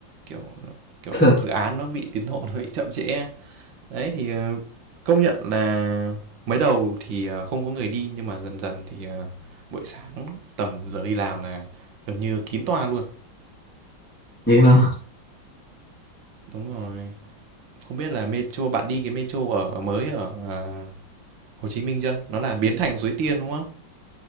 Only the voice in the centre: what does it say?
<laughs>
Vậy hả?